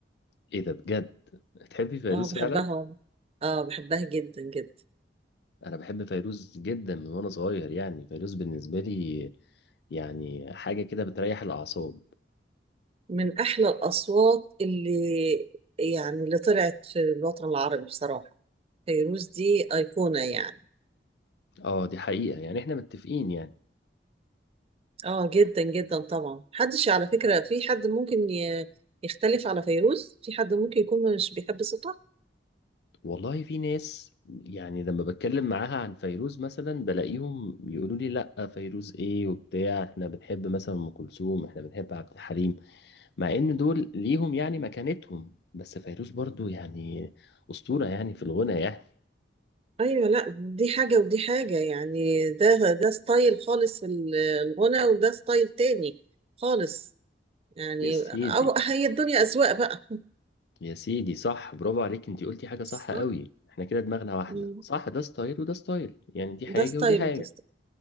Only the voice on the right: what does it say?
اه بحبها
اه بحبها جدا جدا
من أحلى الأصوات اللي يعني اللي طلعت في الوطن العربي بصراحة فيروز دي أيقونة يعني
آه جدا جدا طبعا محدش على فكرة في حد ممكن ي- يختلف على فيروز في حد ممكن يكون مش بيحب صوتها
أيوة لا دي حاجة ودي حاجة يعني ده ده ستايل خالص في الغنى وده ستايل تاني خالص يعني
أو هي الدنيا أذواق بقى
صح
مم.
ده ستايل
وده ستايل